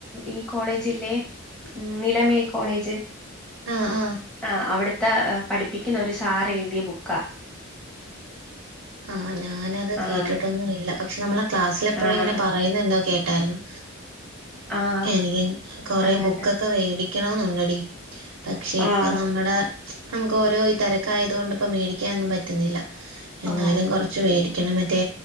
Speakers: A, in the centre; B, on the right (about 80°).
A: ഈ കോളേജില്ലേ? ഉം. നിലമേൽ കോളേജ്
B: ആഹ് ആഹ്
A: ആ അവിടു. ത്തെ, പഠിപ്പിക്കുന്ന ഒരു സാർ എഴുതിയ ബുക്കാ.
B: ഹാ! ഞാനത്
A: ആഹ്
B: കേട്ടിട്ടൊന്നു ഇല്ല. പക്ഷെ നമ്മളെ ക്ലാസ്സില് എപ്പഴും
A: ആഹ്
B: ഇങ്ങനെ പ അയ്നെന്തോ കേട്ടാരുന്നു.
A: ആഹ്
B: എനിക്ക്‌ കൊറേ
A: അങ്ങനെ
B: ബുക്കൊക്കെ വേടി ക്കണോന്നുണ്ട ടി, പക്ഷെ ഇപ്പം
A: ആഹ്
B: നമ്മടെ. നമുക്ക് ഓരോ ഈ തെരക്കായതോണ്ട് പ്പോ മേടിക്കാനൊന്നും പറ്റുന്നില്ല. എന്നാലും
A: ഓഹ്
B: കൊറ- ച്ച് വേടിക്കണം, മറ്റേ